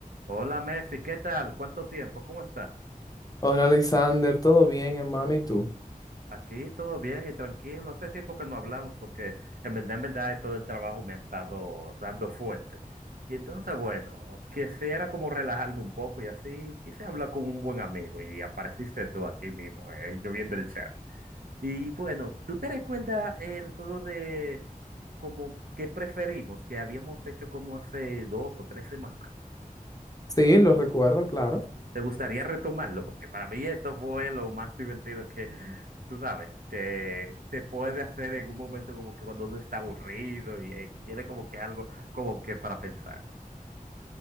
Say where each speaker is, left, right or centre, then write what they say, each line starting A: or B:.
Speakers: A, on the right; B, on the left.
A: Hola Mefi, ¿qué tal? ¿Cuánto tiempo? ¿Cómo estás?
B: Hola Alexander, ¿todo bien, hermano? ¿Y tú?
A: Aquí todo bien y tranquilo. Hace tiempo que no hablamos porque en verdad, en verdad, todo el trabajo me ha estado dando fuerte. Y entonces, bueno, quisiera como relajarme un poco y así quise hablar con un buen amigo y apareciste tú aquí mismo, eh, yo viendo el chat. Y bueno, ¿tú te recuerdas el juego de como qué preferimos que habíamos hecho como hace dos o tres semanas?
B: Sí, lo recuerdo, claro.
A: ¿Te gustaría retomarlo? Porque para mí eso fue lo más divertido que, tú sabes, que se puede hacer en un momento como que cuando uno está aburrido y eh, quiere como que algo como que para pensar.